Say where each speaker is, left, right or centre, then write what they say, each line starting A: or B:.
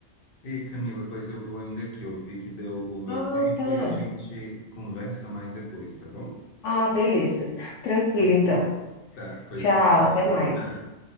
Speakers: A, on the left; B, on the left.
A: Ei, Camila, pois eu vou ainda aqui. Eu vi que deu o meu
B: Ah,
A: tempo
B: tá.
A: e a gente conversa mais depois, tá bom?
B: Ah, beleza. Tranquilo,
A: Hum,
B: então.
A: Tá, pois
B: Tchau,
A: um abraço.
B: até mais.
A: Tchau.